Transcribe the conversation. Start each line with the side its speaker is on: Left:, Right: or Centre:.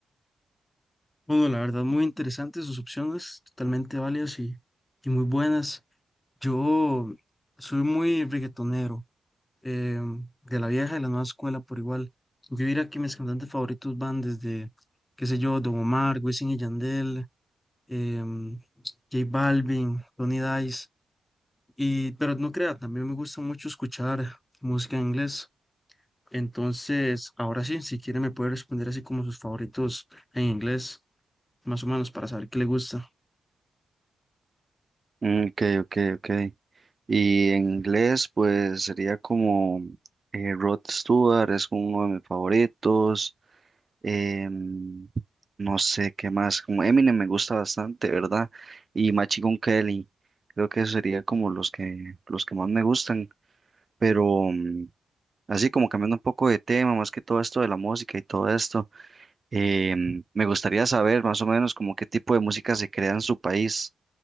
Left: Bueno, la verdad, muy interesantes sus opciones, totalmente válidas y, y muy buenas. Yo soy muy reggaetonero, eh, de la vieja y la nueva escuela por igual. Yo diría que mis cantantes favoritos van desde, qué sé yo, Don Omar, Wisin y Yandel, em, J Balvin, Tony Dice. Y, pero no crea, también me gusta mucho escuchar música en inglés. Entonces, ahora sí, si quiere me puede responder así como sus favoritos en inglés, más o menos, para saber qué le gusta.
Right: Mm, Ok, ok, ok. Y en inglés, pues sería como eh, Rod Stewart, es uno de mis favoritos. em, no sé qué más, como Eminem me gusta bastante, ¿verdad? Y Machine Gun Kelly, creo que eso sería como los que, los que más me gustan. Pero mm, así como cambiando un poco de tema, más que todo esto de la música y todo esto. Em, me gustaría saber más o menos como qué tipo de música se crea en su país,